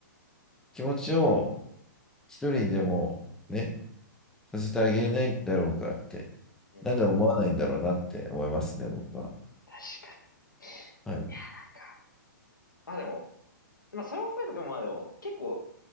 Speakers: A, in the centre; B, on the left.
A: 気持ちを一人にでもね、させてあげれないんだろうかって、
B: うんうんうん、
A: なんで思わないんだろうなって思いますね、僕は。
B: 確かに。
A: はい。
B: いや、なんか、まあでも、まあそれも含めてでもまあでも、結構、